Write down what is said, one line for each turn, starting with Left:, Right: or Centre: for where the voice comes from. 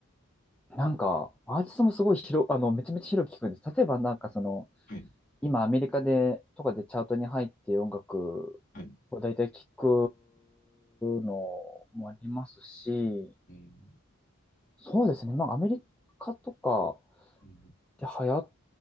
Centre: なんか、アーティストもすごい広、あの、めちゃめちゃ広く聞くんです。例えばなんかその、
Left: はい。
Centre: 今アメリカで、とかでチャートに入ってる音楽を大体聞く
Left: はい。
Centre: のもありますし、
Left: うん。
Centre: そうですね。まあアメリカとか
Left: うん。
Centre: で流行っ